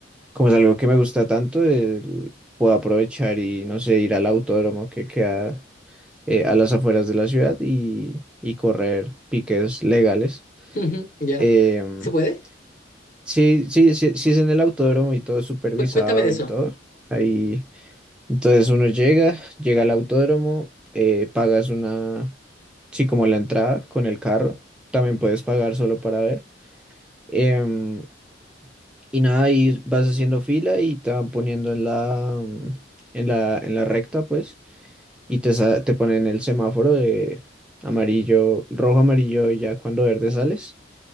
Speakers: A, in the centre; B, on the left (about 45°).
A: como es algo que me gusta tanto, el- puedo aprovechar y no sé, ir al autódromo que queda eh, a las afueras de la ciudad y, y correr piques legales.
B: <laughs> Ya.
A: Em,
B: ¿Se puede?
A: sí, sí, sí, sí es en el autódromo y todo supervisado
B: Cué- Cuéntame de eso.
A: y todo. Ahí. Entonces uno llega, llega al autódromo, eh, pagas una, sí, como la entrada con el carro, también puedes pagar solo para ver. Em, y nada, ahí vas haciendo fila y te van poniendo en la, mm, en la, en la recta, pues, y te, sa- te ponen el semáforo de amarillo, rojo, amarillo, y ya cuando verde sales.